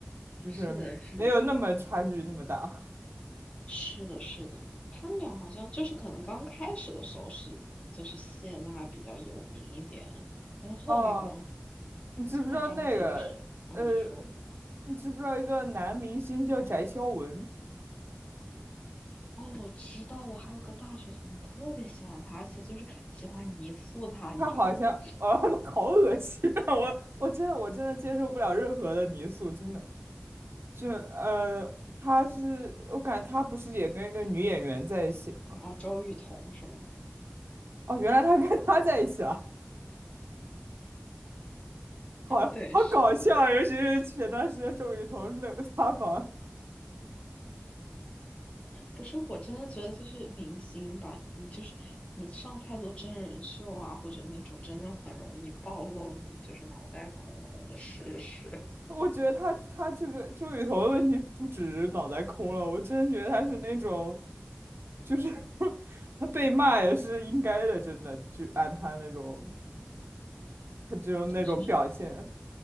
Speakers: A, on the right (about 75°); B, on the left (about 30°).
A: 就是没有那么差距那么大。
B: 是的，是的，是的，是的，他们俩好像就是可能刚开始的时候是就是谢娜比较有名一点，
A: <laughs>
B: 但是后来好像
A: 哦，你知不知道那个呃，
B: 现在张杰就是啊，你说。
A: 你知不知道一个男明星叫翟潇闻？
B: 哦，我知道，我还有个大学同学特别喜欢他，而且就是喜欢泥塑他，
A: 他好像，
B: 你知道吗？
A: 呃，<laughs> 好恶心啊！我我真的我真的接受不了任何的泥塑，真的。就呃，他是我感觉他不是也跟一个女演员在一起了吗？
B: 然后周雨彤是吗？
A: 哦，原来他跟他在一起了，好好搞笑啊，
B: 对，是的，
A: 尤其是前段时间周雨彤那个塌房，
B: 不是，我真的觉得就是明星吧，你就是你上太多真人秀啊，或者那种真的很容易暴露你就是脑袋空空的事实。
A: 我觉得他他这个周雨彤的问题不止脑袋空了，我真的觉得他是那种就是 <laughs> 他被骂也是应该的，真的，就按他那种他这种那种表现。
B: <laughs> 对，就是，